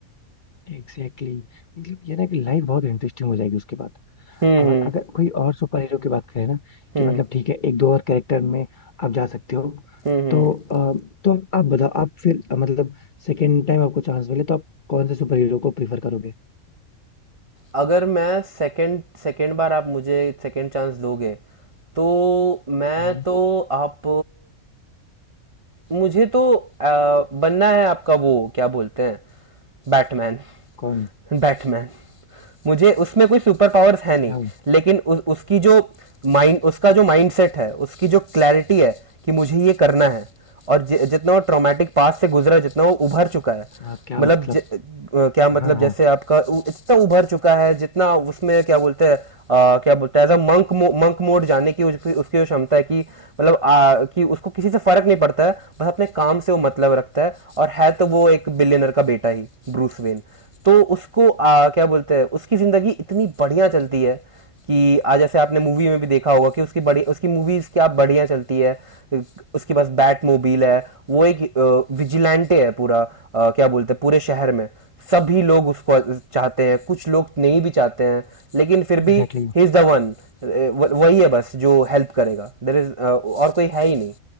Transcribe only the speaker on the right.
हम्म
हम्म
हम्म
हम्म हम्म
अगर मैं सेकंड सेकंड बार आप मुझे सेकंड चांस दोगे तो मैं
तो आप मुझे तो आ, बनना है आपका वो क्या बोलते हैं बैटमैन
बैटमैन मुझे उसमें कोई सुपर पावर्स है
नहीं लेकिन उ, उसकी जो माइंड उसका जो माइंडसेट है उसकी जो क्लैरिटी है कि मुझे ये करना है और जि, जितना वो ट्रॉमेटिक पास से गुजरा जितना वो उभर चुका है
मतलब
ज- अ, क्या मतलब
जैसे आपका उ- इतना उभर चुका है जितना उसमें क्या बोलते हैं अ, क्या बोलते हैं एज अ मंक मो, मंक मोड जाने की उसकी उसकी जो क्षमता है कि मतलब आ, कि उसको किसी से फर्क नहीं पड़ता है बस अपने काम से वो मतलब रखता है और है तो वो एक बिलियनर का बेटा ही ब्रूस वेन तो उसको आ, क्या बोलते हैं उसकी ज़िंदगी इतनी बढ़िया चलती है कि आज जैसे आपने मूवी में भी देखा होगा कि उसकी बड़ी उसकी मूवीज क्या बढ़िया चलती है उसके पास बैट मोबाइल है वो एक विजिलेंटे है पूरा अ, क्या बोलते हैं पूरे शहर में सभी लोग उसको चाहते हैं कुछ लोग नहीं भी चाहते हैं लेकिन फिर
भी ही इज़ द वन वही है बस जो हेल्प करेगा देर इज और कोई है ही नहीं